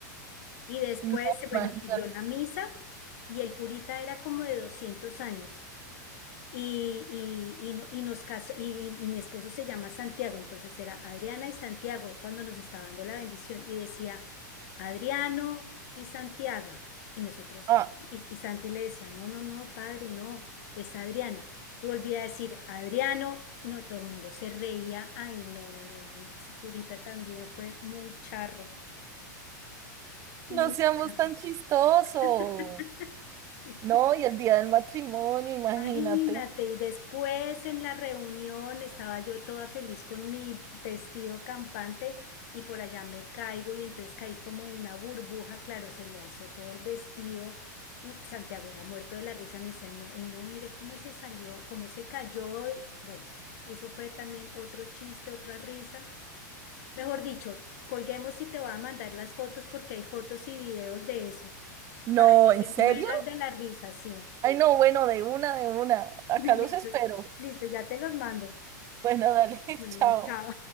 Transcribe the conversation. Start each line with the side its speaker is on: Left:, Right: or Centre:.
Left: Y después,
Right: no,
Left: bueno,
Right: imagínate.
Left: siguió la misa y el curita era como de 200 años. Y, y, y, no- y nos casó, y, y- y mi esposo se llama Santiago, entonces era Adriana y Santiago cuando nos estaba dando la bendición y decía Adriano y Santiago. Y nosotros,
Right: Ah,
Left: y, y Santi le decía, no, no, no, padre, no, es Adriana. Y volvía a decir Adriano, no, todo el mundo se reía, ay, no, no, no, no, no, ese curita también fue muy charro, muy
Right: no seamos
Left: charro.
Right: tan chistosos.
Left: <laughs> Sí.
Right: no, y el día del matrimonio, imagínate.
Left: Imagínate, y después en la reunión estaba yo toda feliz con mi vestido campante y por allá me caigo y entonces caí como una burbuja, claro, se me alzó todo el vestido y Santiago era muerto de la risa, me decía, no, y no, mire cómo se salió, cómo se cayó, y bueno, eso fue también otro chiste, otra risa. Mejor dicho, colguemos y te voy a mandar las fotos porque hay fotos y videos de eso,
Right: No,
Left: para que
Right: ¿en
Left: le
Right: serio?
Left: mueras de la risa, sí.
Right: Ay, no, bueno, de una, de una. Acá
Left: <laughs>
Right: los
Left: Listo,
Right: espero.
Left: listo, ya te los mando.
Right: Bueno, dale, <laughs>
Left: Bueno,
Right: chao.
Left: chao.